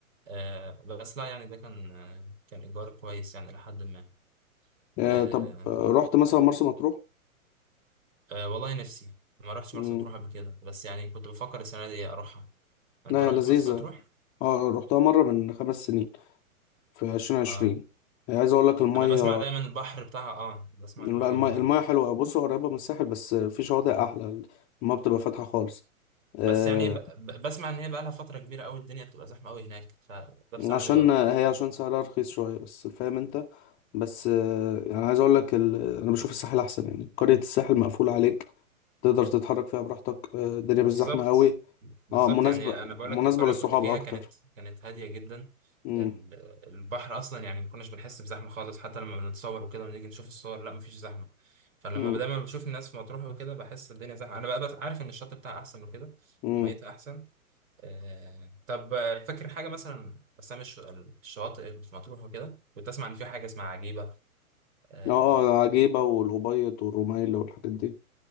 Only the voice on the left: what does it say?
آه
طب آه، رحت مثلا مرسى مطروح
امم
لا
يا لذيذة
اه رحتها مرة من خمس سنين في 2020
عايز اقول لك الميه
لا
الميه
الميه حلوه بص هو قريبه من الساحل بس في شواطئ احلى الميه بتبقى فاتحه خالص آه،
عشان
هي عشان سعرها رخيص شويه بس فاهم انت بس آه، يعني عايز اقول لك ال... انا بشوف الساحل احسن يعني قريه الساحل مقفوله عليك تقدر تتحرك فيها براحتك آه، الدنيا
مش زحمه قوي
اه مناسبه
مناسبه
للصحاب
اكتر
امم
امم
امم
اه آه، عجيبه والأبيض والرمايل والحاجات دي